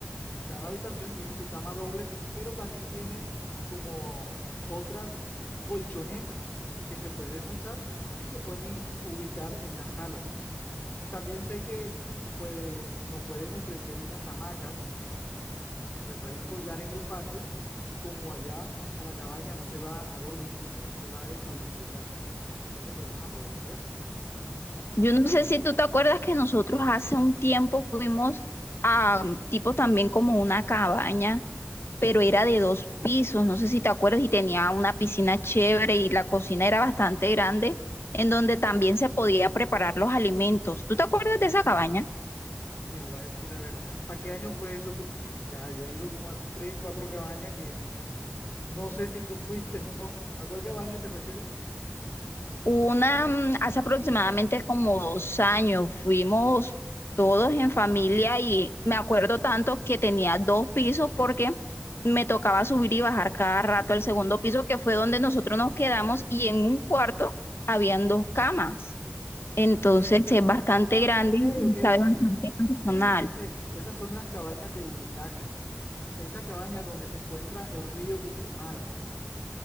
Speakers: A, on the left (about 55°); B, on the left (about 70°).
A: Cada habitación tiene su cama doble, pero también tiene como otras colchonetas que se pueden usar y se pueden ubicar en la sala. También sé que pues, nos pueden ofrecer unas hamacas, se pueden colgar en el patio y como allá a la cabaña no se va a dormir, allá se va es a disfrutar. Entonces podemos aprovechar eso.
B: Yo no sé si tú te acuerdas que nosotros hace un tiempo fuimos a tipo también como una cabaña pero era de dos pisos, no sé si te acuerdas, y tenía una piscina chévere y la cocina era bastante grande, en donde también se podía preparar los alimentos. ¿Tú te acuerdas de esa cabaña?
A: Te voy a decir la verdad. ¿Para qué año fue eso? Porque ya yo he ido como a tres, cuatro cabañas que No sé si tú fuiste o no. ¿A cuál cabaña te refieres?
B: Una, mm, hace aproximadamente como dos años fuimos todos en familia y me acuerdo tanto que tenía dos pisos porque me tocaba subir y bajar cada rato al segundo piso, que fue donde nosotros nos quedamos y en un cuarto habían dos camas. Entonces es bastante
A: Ah,
B: grande
A: ok,
B: y
A: ok,
B: sabe
A: ok.
B: bastante personal.
A: Sí, ya sé. Esas son las cabañas de Buritaca. Esa cabaña donde se encuentra el río con el mar.